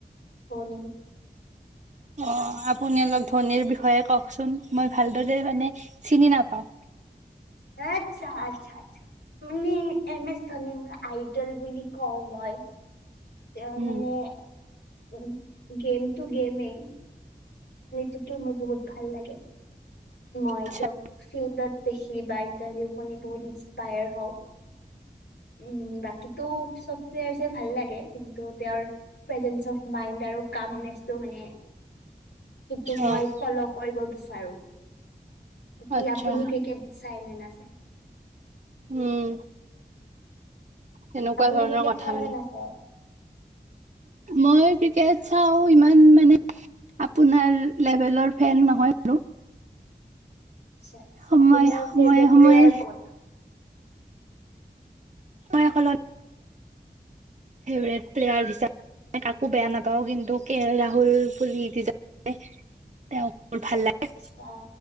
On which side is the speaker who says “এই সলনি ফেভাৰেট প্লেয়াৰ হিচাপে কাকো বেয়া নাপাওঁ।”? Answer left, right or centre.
Right